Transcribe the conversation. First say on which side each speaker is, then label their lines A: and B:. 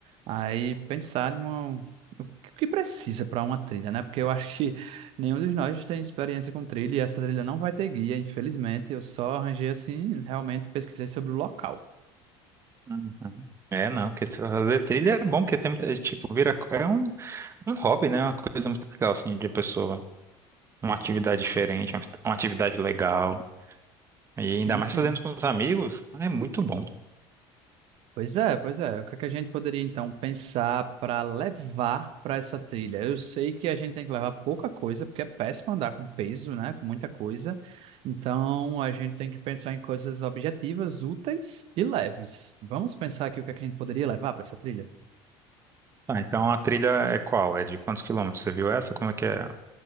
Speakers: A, on the right; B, on the right.
A: aí pensar numa, o que que precisa para uma trilha, né? Porque eu acho que nenhum de nós tem experiência com trilha e essa trilha não vai ter guia, infelizmente. Eu só arranjei assim, realmente pesquisei sobre o local.
B: Uhum. É, não, porque se fazer trilha é bom, porque tem, muita- é, tipo, vira, é um, um hobby, né? Uma coisa muito legal, assim, de pessoa. Uma atividade diferente, uma uma atividade legal. E
A: Sim,
B: ainda mais
A: sim.
B: fazendo com os amigos, é muito bom.
A: Pois é, pois é. O que é que a gente poderia então pensar para levar para essa trilha? Eu sei que a gente tem que levar pouca coisa, porque é péssimo andar com peso, né? Com muita coisa. Então a gente tem que pensar em coisas objetivas, úteis e leves. Vamos pensar aqui o que é que a gente poderia levar para essa trilha?
B: Ah, então a trilha é qual? É de quantos quilômetros? Você viu essa? Como é que é